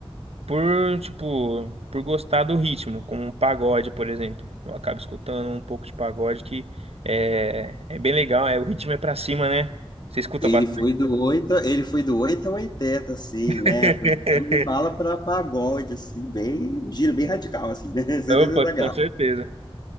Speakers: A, on the right; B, on the left.
A: por, tipo, por gostar do ritmo, como um pagode, por exemplo. Eu acabo escutando um pouco de pagode que é, é bem legal, é, o ritmo é pra cima, né? Você escuta
B: Ele
A: bastante?
B: foi do oito ele foi do 8 ao 80, assim,
A: <laughs>
B: né? Foi de bala para pagode, assim, bem, um giro bem radical, assim, né? <laughs> 180
A: Opa, com
B: graus.
A: certeza.